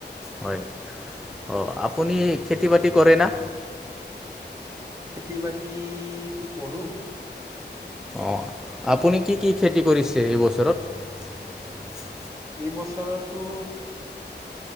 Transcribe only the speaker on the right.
খেতি- বাতিটো কৰোঁ।
এই বছৰততো